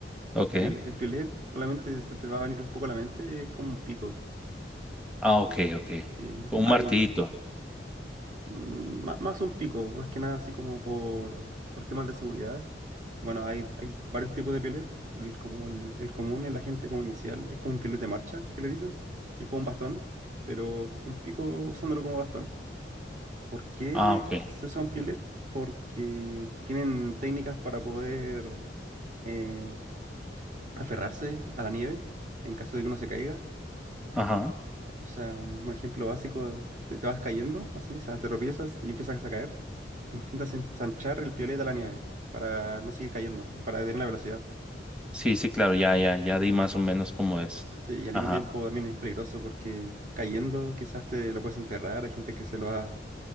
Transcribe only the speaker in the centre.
ok.
Ah, ok,
ok.
Con
un martillito.
Ah, ok.
Ajá.
Sí, sí, claro, ya, ya, ya di más o menos cómo es.
Ajá.